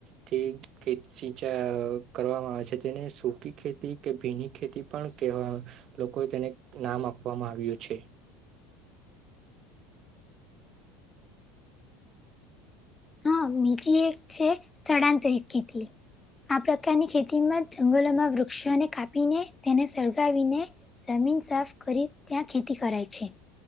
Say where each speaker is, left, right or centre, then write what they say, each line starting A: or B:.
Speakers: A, on the right (about 50°); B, on the left (about 20°).
A: થી ખે સિંચાઈ કરવામાં આવે છે, તેને સૂકી ખેતી કે ભીની ખેતી પણ કેવા લોકો તેને નામ આપવામાં આવ્યું છે,
B: હા, બીજી એક છે સ્થળાંતરિત ખેતી, આ પ્રકારની ખેતીમાં જંગલોમાં વૃક્ષોને કાપીને તેને સળગાવીને જમીન સાફ કરી ત્યાં ખેતી કરાય છે,